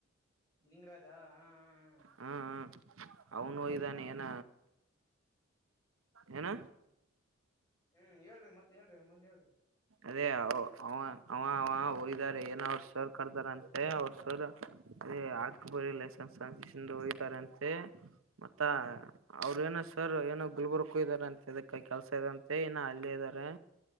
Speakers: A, on the left (about 20°); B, on the right (about 80°).
A: ಲಿಂಗರಾಜಾ ಹಾ ಹಾ
B: ಹ್ಮ ಅವನು ಹೋಗಿದ್ದಾನೆ
A: ಅವ್ನಿಗ್ ಮಾತ
B: ಏನ ಏನ
A: ಹ್ಮ್ ಹೇಳ್ರಿ ಮತ್ತತ್ ಹೇಳ್ರಿ ಮುಂದ್ ಹೇಳ್ರಿ
B: ಅದೇ ಅವ ಅವ ಅವ ಹೋಗಾರ ಏನ ಅವ್ರ ಸೋರ್ ಕಡದಾರ ಅಂತೆ ಅವ್ರ ಸರ್ ಅದೇ ಆಕ್ ಬರ ಲೈಸೆನ್ಸ್ನ್ನ್ ಹೋಗಿದಾರಂತೆ ಮತ್ತ
A: ಹ್ಮ್
B: ಅವ್ರ ಏನ ಸರ್ ಏನು ಗುಲ್ಬುರ್ಗಕ್ಕೂ ಇದ್ದಾರೆ ಅಂತೆ ಇದಕ್ಕೆ ಕೆಲ್ಸ ಇ ಅಂತೆ ನ ಅಲ್ಲ ಇದ್ದಾರೆ